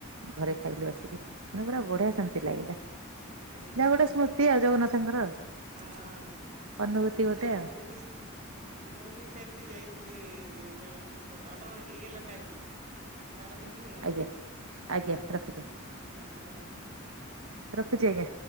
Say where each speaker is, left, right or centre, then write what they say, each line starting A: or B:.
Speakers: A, on the right; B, on the right.
A: ହୁଁ
B: ଘରେ
A: ହୁଁ
B: ଖାଇଲୁ ଆସିକି ମାନେ ପୁରା ବଢିଆ ଶାନ୍ତି ଲାଗିଲା ଯା
A: ସେଇ
B: ହଉ ଗୋଟେ ସ୍ମୃତି ଆଉ ଜଗନ୍ନାଥଙ୍କର ଆଉ
A: ହଁ ହଁ ହଁ
B: ଅନୁଭୂତି ଗୋଟେ
A: ନାଇଁ
B: ଆଉ।
A: ମୁଁ ବି ମୁଁ ବି ସେମତି ଯାଇଥିଲି ଜଗନ୍ନା <unintelligible> ଆମର ହେଇଗଲା ଟାଇମି ବାର ମିଣ୍ଟିି ହେଲାଣି
B: ଆଜ୍ଞା ଆଜ୍ଞା ରଖିଦିଅ
A: ଆହ ହ
B: ରଖୁଚି ଆଜ୍ଞା